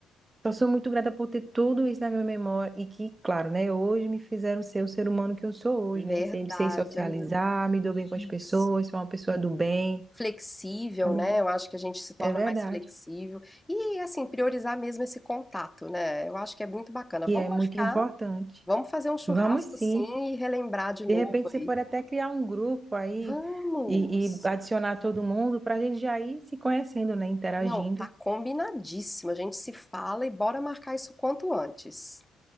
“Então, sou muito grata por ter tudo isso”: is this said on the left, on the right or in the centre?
Right